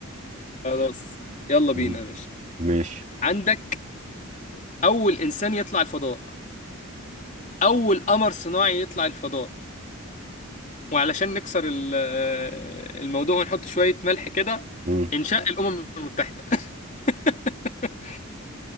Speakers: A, on the left; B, on the right.
A: خلاص يلا بينا
B: مم.
A: يا باشا
B: ماشي
A: عندك اول انسان يطلع الفضاء اول قمر صناعي يطلع الفضاء وعلشان نكسر ال- آه، الموضوع ونحط شوية ملح كده
B: مم.
A: انشاء الامم المتحدة <laughs>